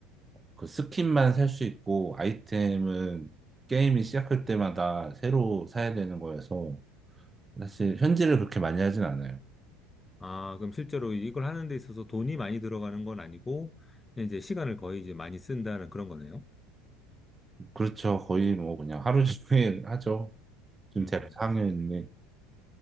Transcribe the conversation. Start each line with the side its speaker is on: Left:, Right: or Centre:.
Right: 그 스킨만 살 수 있고 아이템은 게임이 시작할 때마다 새로 사야 되는 거여서 사실 현질을 그렇게 많이 하진 않아요.
Left: 아, 그럼 실제로 이걸 하는 데 있어서 돈이 많이 들어가는 건 아니고, 그냥 이제 시간을 거의 이제 많이 쓴다는 그런 거네요.
Right: 그렇죠. 거의 뭐 그냥 하루 종일 하죠. 지금
Left: 음.
Right: 대학 4학년인데,